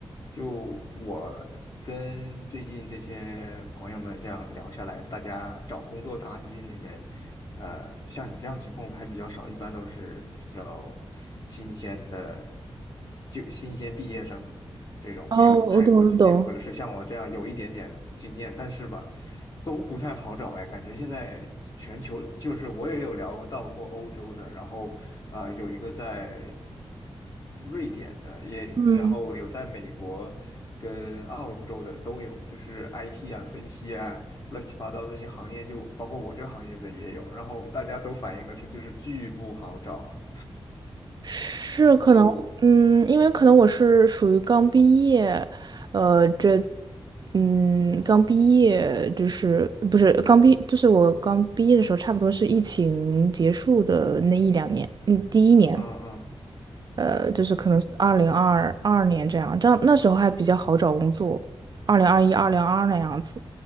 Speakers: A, on the left; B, on the right.
A: 就我跟最近这些朋友们这样聊下来，大家找工作大军里面，呃，像你这样情况还比较少，一般都是比较新鲜的，就新鲜毕业生。这种没有太多经验，
B: 哦，我懂，我懂。
A: 或者是像我这样有一点点经验，但是吧，都不太好找哎。感觉现在全球就是我也有聊到过欧洲的，然后呃有一个在瑞典的，也然后有在美国跟澳洲的都有，
B: 嗯。
A: 就是 IT 啊、分析啊、乱七八糟这些行业就，包括我这行业的也有，然后大家都反映的是就是巨不好找啊，
B: 是可能，
A: 就
B: 嗯，因为可能我是属于刚毕业，呃，这，嗯，刚毕业就是不是刚毕，就是我刚毕业的时候，差不多是疫情结束的那一两年，嗯，第一年。
A: 嗯嗯
B: 呃，就是可能二零二二年这样，
A: 就
B: 这样那时候还比较好找工作，二零二一、二零二二那样子。